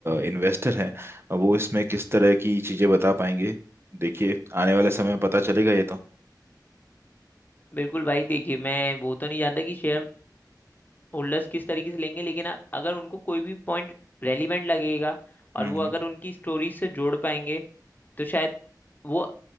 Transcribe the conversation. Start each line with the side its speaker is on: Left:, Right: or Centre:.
Right: इन्वेस्टर हैं अब वो इसमें किस तरह की चीजें बता पाएंगे देखिए आने वाले समय में पता चलेगा ये तो
Left: बिल्कुल भाई देखिए मैं वो तो नहीं जानता कि शेयर होल्डर्स किस तरीके से लेंगे लेकिन अ- अगर उनको कोई भी पॉइंट रेलिवेंट लगेगा और
Right: हम्म
Left: वो अगर उनकी स्टोरी से जोड़ पाएंगे तो शायद वो